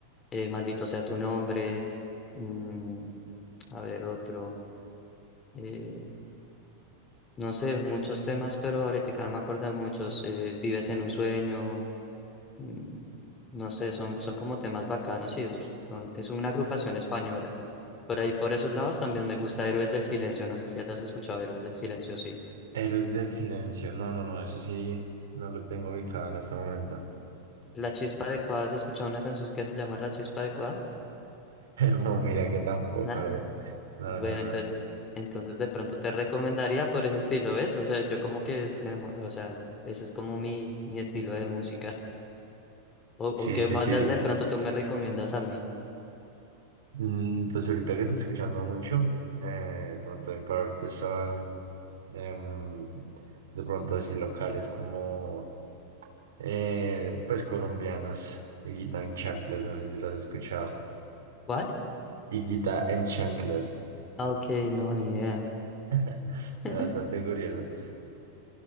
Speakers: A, on the left; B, on the right.
A: eh, Maldito sea tu nombre, mm, a ver otro, eh, no sé, muchos temas, pero ahorita no me acuerdo de muchos, eh, Vives en un sueño. Mm, No sé, son, son como temas bacanos y es, son- es una agrupación española. Por ahí, por esos lados, también me gusta Héroes del Silencio. No sé si hayas escuchado Héroes del Silencio, sí.
B: Héroes del Silencio. No, no, no, eso sí no lo tengo ubicado en este momento. <laughs>
A: La Chispa Adecuada, ¿has escuchado una canción que se llama La Chispa Adecuada?
B: No, mira que tampoco.
A: Nada.
B: eh. No,
A: Bueno,
B: no, no.
A: entonces, entonces de pronto te recomendaría por ese estilo, ¿ves? O sea, yo como que, me, mo- o sea, ese es como mi, mi estilo de música. O,
B: Sí,
A: o qué
B: sí,
A: bandas
B: sí.
A: de pronto tú me recomiendas a mí.
B: Mm, Pues ahorita que estoy escuchando mucho, eh, de pronto en parte son em, de pronto así locales como eh, pues colombianos, Higuita en Chanclas, no sé si los has escuchado,
A: ¿Cuál?
B: Higuita en Chanclas,
A: Ah, Ok, no, ni idea.
B: <laughs> bastante
A: <laughs>
B: curioso.